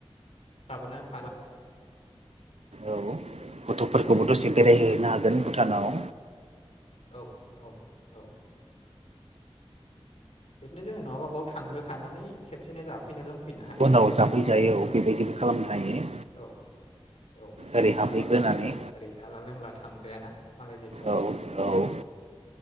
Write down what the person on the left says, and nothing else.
जाबोना <unintelligible>
औ औ औ। बिदिनो जोंङो नङाबा बाव थांग्रोखानानै खेबसेनो जाफैनो लोंफैनो हायो
आरो
औ। औ
नङाबा ओरै जाला लोंला थांजायाना। मालाय जायगायाव